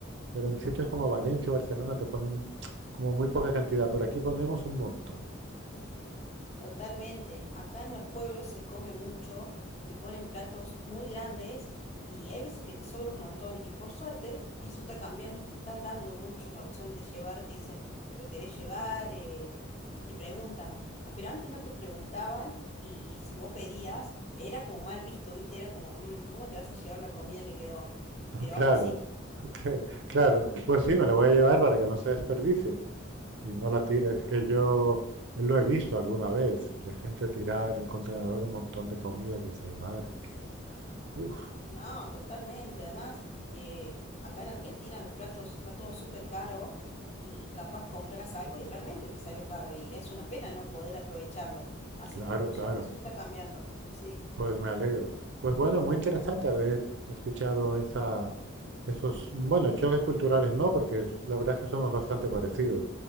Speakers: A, on the right; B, on the left.
A: pero en sitios como Valencia o Barcelona te ponen como muy poca cantidad, pero aquí ponemos un montón.
B: Totalmente. Acá en los pueblos se come mucho, te ponen platos muy grandes y hay veces que te sobra un montón. Y por suerte, eso está cambiando y te están dando mucho la opción de llevar. Te dicen, ¿te lo querés llevar? eh, y te preguntan. Ah, Pero antes no te preguntaban y si vos pedías, era como mal visto, ¿viste? Era como, "Mm, ¿cómo te vas a llevar la comida que quedó?
A: <laughs> Ah,
B: Pero
A: Claro,
B: ahora sí.
A: cl- claro. Pues sí, me la voy a llevar para que no se desperdicie y no la tires. Que yo lo he visto alguna vez, de gente tirar en el contenedor un montón de comida que dices, madre mía. Uf,
B: No, totalmente. Además, eh, acá en Argentina los platos está todo súper caro y capaz compras algo y realmente te salió caro y es una pena no poder aprovecharlo. Así
A: claro,
B: que por
A: claro.
B: suerte eso está cambiando. Sí,
A: Pues me alegro. Pues bueno, muy interesante haber escuchado esa, esos, bueno, choques culturales no, porque la verdad es que somos bastante parecidos.